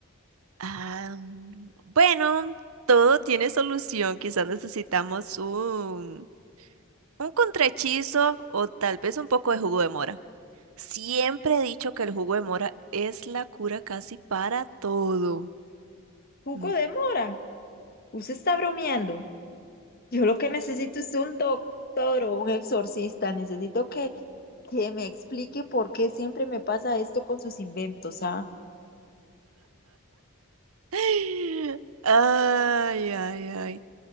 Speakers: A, on the right; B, on the left.
A: Ah, mm, bueno, todo tiene solución. Quizás necesitamos un, un contrahechizo o tal vez un poco de jugo de mora. Siempre he dicho que el jugo de mora es la cura casi para todo.
B: Jugo
A: Mm.
B: de mora. Usted está bromeando. Yo lo que necesito es un doctor o un exorcista. Necesito que, que me explique por qué siempre me pasa esto con sus inventos, ¿ah?
A: <gasps> <laughs> Ay, ay, ay.